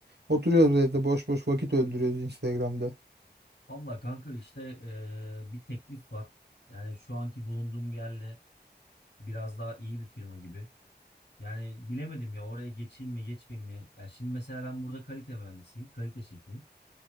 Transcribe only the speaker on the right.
Oturuyoruz evde boş boş vakit öldürüyoruz Instagram'da.